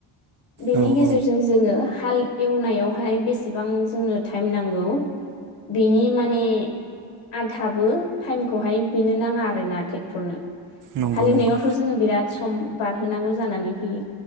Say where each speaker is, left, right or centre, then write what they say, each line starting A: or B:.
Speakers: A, on the left; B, on the right.
A: बेनि
B: औ
A: गेजेरजों
B: औ
A: जोंङो हाल एवनायावहाय बेसेबां जोंनो टाइम नांगौ बिनि माने आदाबो टाइमखौहाय बेनो नांङा आरोना ट्रेक्टरनो।
B: नंगौ
A: हालेवनायावथ'
B: नंगौ
A: जोङो बिराद सम बारहोनांगौ जानानै फैयो,